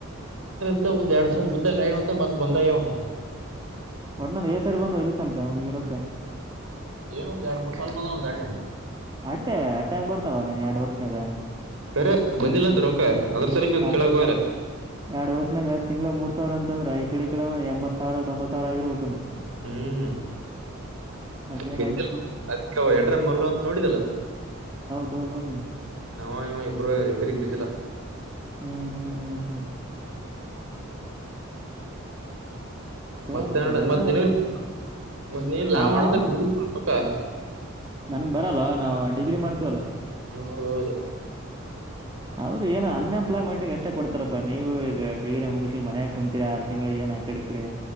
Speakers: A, on the right; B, on the right.
A: ಮತ್ತ ಒಂದ್ ಎರಡ್ ಸಲ ಬಿದ್ದಂಗ ಅಗ್ಯವವಂತ ಮತ್ತ ಬಂದ ಆಗ್ಯಾವ
B: ಒಟ್ನಲ್ಲಿ ಎ ಸರಿ ಬಂದು ಇಲ್ಲಿ ತನಕ ಅವನೀಗಿರೊಕ್ಕ
A: ಏನು ಒಂದ ಎರಡು ಮೂರ ಸಲಾ ಬಂದಾವ ಒಂದ ದಂಡಿ
B: ಅಟ್ಟೆ ಅಟ್ಟೆ ಹಂಗ ಬರ್ತಾವ ನೀನ್ ಎರಡ ವರ್ಷನಾಗ
A: ಸರೆ ಬಂದಿಲ್ಲಂತ ರೊಕ್ಕ ಅದ್ರ ಸಲಕ್ಕೆ
B: ಎರಡು
A: ಕೆಳಗ್
B: ವರ್ಷ
A: ಹೋಗ್ಯಾರ
B: ಎರಡು ವರ್ಷನಾಗ ತಿಂಗಳಾ ಮೂರ್ ಸಾವಿರ ಅಂತ ಅಂದ್ರ ಈ ಕಡೆ ಈಡೆ ಒ ಎಂಬತ್ ಸಾವರ ತೊಂಬ ಸಾವರ ಆಗಿರ್ಬೇಕು ನೀವು
A: ಹ್ಮ್
B: ಹಂಗೆ
A: ಬಿದ್ದಿಲ್ಲ
B: ಹಂಗ್ ಆಗ್ತದ.
A: ಎಡ್ರ ಮಲ್ಲು ಅಂತ ನೋಡಿದ್ದೆಲ್ಲ
B: ಒನಡಿ ನೀ <unintelligible>
A: ಅವ ಇವ ಇಬ್ರೋ ರಿಪೇರಿಗೆ ಬಿದ್ದಿಲ್ಲ
B: ಹ್ಮ್ ಹ್ಮ್ ಹ್ಮ್ ಹ್ಮ್ ಕೇವಲ್ಲಿನ
A: ಮತ್ತೆ ಮತ್ ನಿನಗ್ ಮತ್ ನೀನ್ ಲಾ
B: ಆ
A: ಮಾಡ್ತೇನೆ
B: ಹಾ
A: ರೊಕ್ಕ
B: <unintelligible> ನನ್ಗ್ ಬರಲ್ ನಾವವು ಡಿಗ್ರಿ ಮಾಡ್ತೀವಲ್ಲ
A: ಹ ಹೌದೌದು
B: ಅವ್ರು ಏನ ಅನ್ಎಂಪ್ಲಾಯ್ಮೆಂಟ್ಗೆ ಎಷ್ಟೇ ಕೊಡ್ತಾರಪ್ಪ ನೀವು ಈಗ ಡಿಗ್ರಿ ಮುಗಿಸಿ ಮನ್ಯಾಗ ಕುಂತೀರಿ ಆರು ತಿಂಗಳ ಏನ ಕಡೆ ಕಡೆ